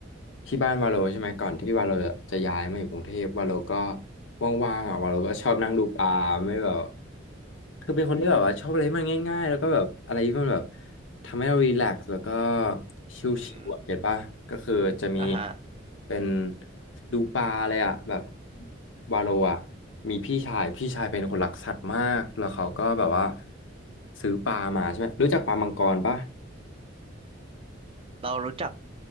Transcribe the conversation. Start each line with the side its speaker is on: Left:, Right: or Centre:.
Left: ที่บ้านวาโลใช่ไหมก่อนที่วาโลจะย้ายมาอยู่กรุงเทพวาโลก็ว่างๆอ่ะวาโลก็ชอบนั่งดูปลาไม่แบบคือเป็นคนที่แบบว่าชอบอะไรที่มันง่ายๆแล้วก็แบบอะไรที่มันแบบทำให้เรารีแลกซ์แล้วก็ชิลๆอ่ะเก็ตป่ะก็คือจะมี
Right: อืมอ่ะฮะ
Left: เป็นดูปลาเลยอ่ะแบบ วาโลอ่ะมีพี่ชายพี่ชายเป็นคนรักสัตว์มากแล้วเขาก็แบบว่าซื้อปลามาใช่ไหมรู้จักปลามังกรป่ะ
Right: เรารู้จัก